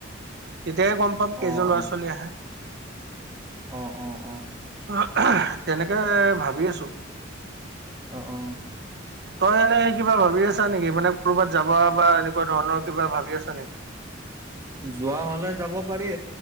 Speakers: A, on the right; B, on the right.
A: তেতিয়াহে গম পাম কেইজন
B: অ',
A: লৰা- ছোৱালী আহে?
B: অ', অ',
A: অ অহ, তেনেকে ভাবি আছোঁ?
B: অঁ অঁ।
A: তই এনে কিবা ভাবি আছা নিকি, মানে কৰবাত যাবা বা এনেকুৱা ধৰণৰ কিবা ভাবি আছা নি?
B: যোৱা হ'লে যাব পাৰি।